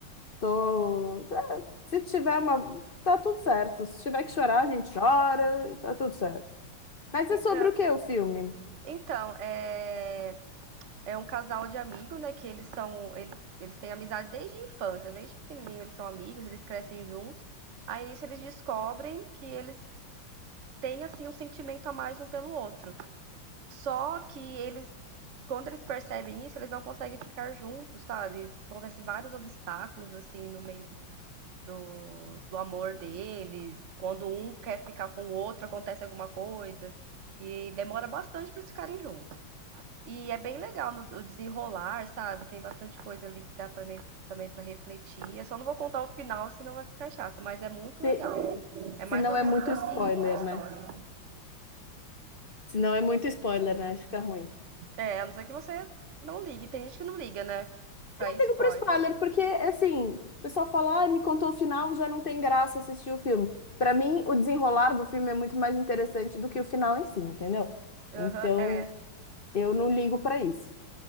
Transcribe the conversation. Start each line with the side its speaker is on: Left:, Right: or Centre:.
Left: tô. é, se tiver uma. Tá tudo certo. Se tiver que chorar, a gente chora, e tá tudo certo. Mas é
Right: Então,
Left: sobre o que o filme?
Right: então, é. é um casal de amigos, né? Que eles são. Ele, eles têm amizade desde a infância, desde pequenininho eles são amigos, eles crescem juntos. Aí nisso eles descobrem que eles têm, assim, um sentimento a mais um pelo outro. Só que eles, quando eles percebem isso, eles não conseguem ficar juntos, sabe? Acontecem vários obstáculos, assim, no meio do, do, do amor deles. Quando um quer ficar com o outro, acontece alguma coisa. E demora bastante para eles ficarem juntos. E é bem legal no, o desenrolar, sabe? Tem bastante coisa ali que dá para mim também para refletir. Eu só não vou contar o final, senão vai ficar chato, mas é muito
Left: Se,
Right: legal. É mais
Left: se não
Right: ou
Left: é
Right: menos
Left: muito
Right: assim
Left: spoiler,
Right: a história.
Left: né? Se não é muito spoiler, né? Fica ruim.
Right: É, a não ser que você não ligue. Tem gente que não liga, né? Pra spoiler.
Left: ligo pro spoiler, porque, assim, o pessoal fala, ah, me contou o final, já não tem graça assistir o filme. Pra mim, o desenrolar do filme é muito mais interessante do que o final em si, entendeu?
Right: Aham,
Left: Então,
Right: é
Left: eu não ligo pra isso.